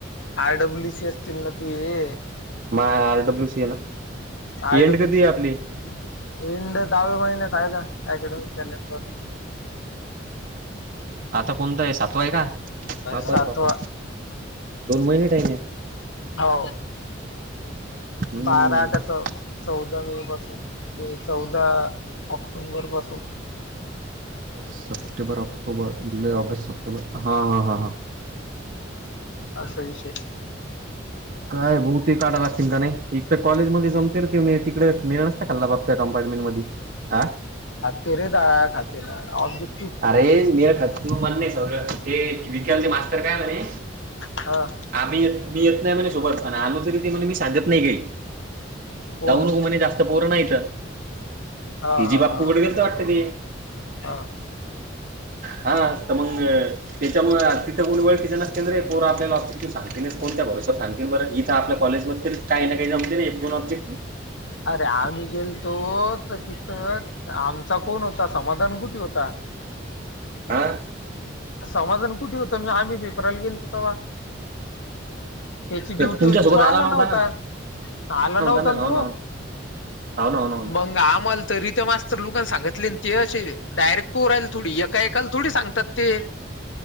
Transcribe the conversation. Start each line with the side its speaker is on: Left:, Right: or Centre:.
Left: आर डब्ल्यू सी असतील ना तू ये
Right: मा आरडब्ल्यु सी ये ना
Left: आय
Right: एंड
Left: डब्ल्यूसी
Right: कधी आहे आपली
Left: एंड दहावे महिन्यात कायदा अॅडमिक कॅलेंडर व
Right: आता कोणतं आहे सातवा आहे का बापा
Left: र सातवा
Right: रे बापा दोन महिने टाईम आहे
Left: हो
Right: हम्म
Left: बारा का तो चौदा मे पासून ते चौदा ऑक्टोंबर पासून
Right: सप्टेंबर ऑक्टोबर जुलै ऑगस्ट सप्टेंबर हा हा हा हा
Left: असा विषय
Right: काय बह ते काढाय लागतील का नाही एक तर कॉलेजमध्येध्ये जमते र ते मी इडे मिळ नसता क बाप त्या कमपार्टमेंट मध्ये ह
Left: तेरे दाया खात ना अ ज
Right: अरे मेळ खात तू म्हण नाही सौर हेि विकल चे मास्तर काय म्हणे
Left: हा
Right: आम्ही येत मी येत नाही म्हणे सोबत ख आणि आलू तररीिे म्हणे मी सांगत नाही काही
Left: कोण
Right: जाऊनघ म्हणे जास्त पोरं नाहीत
Left: हा हा
Right: हि जी बाप्पूकड
Left: हा
Right: गेरी तर वाटते त
Left: हा
Right: हा तर मग त्याच्यामु तिथं कोणी वळ किच्या नस केंद्र आहे पोरा आपल्याला ऑफि त सांगतेस कोण्या भरोसात सांग बरं इथं आपल्या कॉज ममध्ये काही नाही का जमते ना एको ब्जेक्ट
Left: अरे आम्ही गेलतो तर तिथं आमचा कोण होता समाधान कुठे होता
Right: आह
Left: समाधान कुठे होतंण आम्ही पेपराला गेलो ते्हा त्याची
Right: तर
Left: ड्युटी
Right: तुमच्यासोबत
Left: होती तो आला नव्हता
Right: ना
Left: आला नव्हता
Right: ना
Left: न
Right: हो
Left: तो
Right: ना हो ना हो ना हो ना हो
Left: बंग आमल तरी ते मस्तर लोकां सगितले ते असे डायरेक्ट पो राहिल थोडी एका एका थोडी सांगतात ते